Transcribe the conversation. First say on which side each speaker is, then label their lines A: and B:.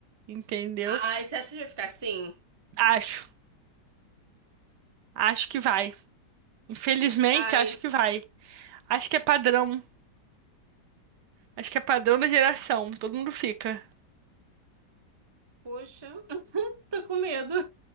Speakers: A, on the right; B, on the right.
A: Entendeu?
B: Ai, você acha que vai ficar assim?
A: Acho. Acho que vai. Infelizmente,
B: Ai,
A: acho que vai. Acho que é padrão. Acho que é padrão da geração. Todo mundo fica.
B: poxa, <laughs> tô com medo.